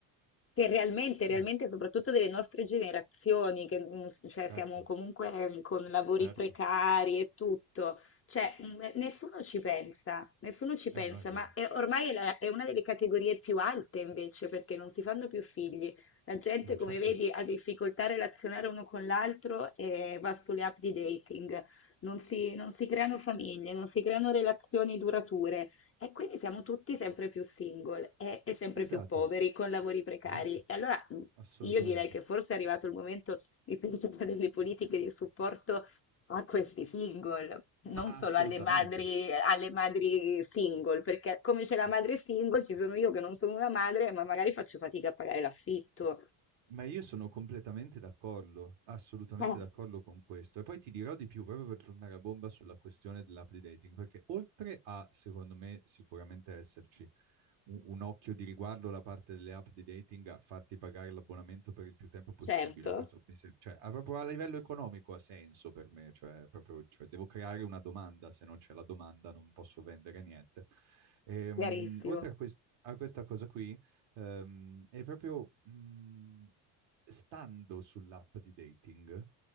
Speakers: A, on the left; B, on the right.
A: Che realmente, realmente,
B: Eh,
A: soprattutto delle nostre generazioni, che mm, s- cioè,
B: certo,
A: siamo comunque mm, con lavori
B: certo.
A: precari e tutto, cioè mm, eh, nessuno ci pensa, nessuno ci pensa,
B: Eh no, è vero.
A: ma è- ormai è, la- è una delle categorie più alte invece, perché non si fanno più figli. La gente,
B: Ma
A: come
B: certo,
A: vedi, ha difficoltà a relazionare uno con l'altro e va sulle app di dating, non si non si creano famiglie, non si creano relazioni durature. E quindi siamo tutti sempre più single e, e sempre
B: esatto,
A: più poveri, con lavori precari.
B: esatto,
A: E allora mh,
B: assolutamente.
A: io direi che forse è arrivato il momento di pensare a delle politiche di supporto a questi single, non
B: Ma
A: solo
B: assolutamente.
A: alle madri, alle madri single, perché come c'è la
B: I-
A: madre single, ci sono io che non sono una madre, ma magari faccio fatica a pagare l'affitto.
B: Ma io sono completamente d'accordo, assolutamente
A: Eh,
B: d'accordo con questo. E poi ti dirò di più, proprio per tornare a bomba sulla questione dell'app di dating, perché oltre a, secondo me, sicuramente esserci un, un occhio di riguardo da parte delle app di dating a farti pagare l'abbonamento per il più tempo possibile,
A: certo,
B: questo mi sem- cioè, a, proprio a livello economico ha senso per me, cioè, proprio, cioè, devo creare una domanda, se non c'è la domanda non posso vendere niente. Ehm,
A: chiarissimo.
B: oltre a, quest- a questa cosa qui, Ehm, e proprio mh, stando sull'app di dating